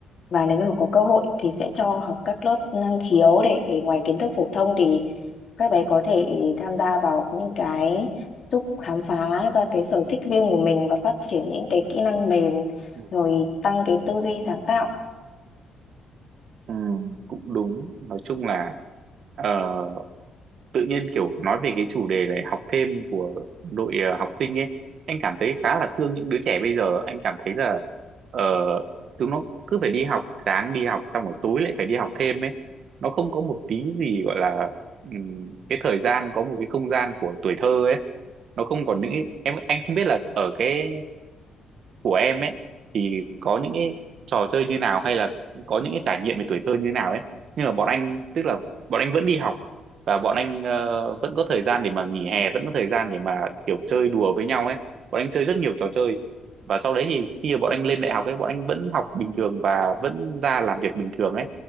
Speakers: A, on the left; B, on the right.
A: và nếu như mà có cơ hội thì sẽ cho học các lớp năng khiếu để, để ngoài kiến thức phổ thông thì các bé có thể tham gia vào những cái giúp khám phá ra cái sở thích riêng của mình và phát triển những cái kỹ năng mềm
B: Ừ.
A: rồi tăng cái tư duy sáng tạo
B: Ừ, cũng đúng nói chung là ờ, tự nhiên kiểu nói về cái chủ đề này học thêm của đội ờ, học sinh ấy anh cảm thấy khá là thương những đứa trẻ bây giờ anh cảm thấy là ờ, chúng nó cứ phải đi học sáng đi học xong rồi tối lại phải đi học thêm ấy nó không có một tí gì gọi là ừm, cái thời gian có một cái không gian của tuổi thơ ấy nó không còn những em anh không biết là ở cái của em ấy thì có những cái trò chơi như nào hay là có những cái trải nghiệm về tuổi thơ như nào ấy nhưng mà bọn anh tức là bọn anh vẫn đi học và bọn anh ờ, vẫn có thời gian để mà nghỉ hè vẫn có thời gian để mà kiểu chơi đùa với nhau ấy bọn anh chơi rất nhiều trò chơi và sau đấy thì khi mà bọn anh lên đại học ấy bọn anh vẫn học bình thường và vẫn ra làm việc bình thường ấy